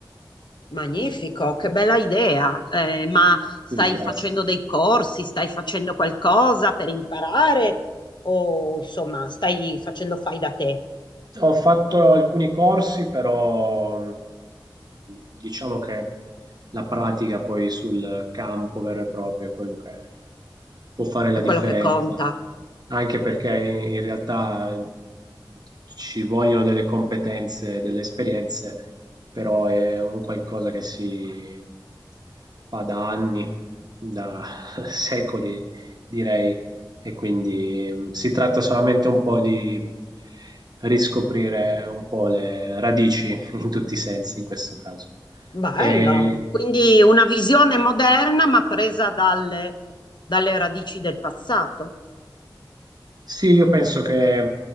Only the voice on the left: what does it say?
magnifico, che bella idea. Eh, ma stai
facendo dei corsi, stai facendo qualcosa per imparare o insomma stai facendo fai da te?
È
quello
che conta.
Bello.
Quindi una visione moderna ma presa dalle dalle radici del passato.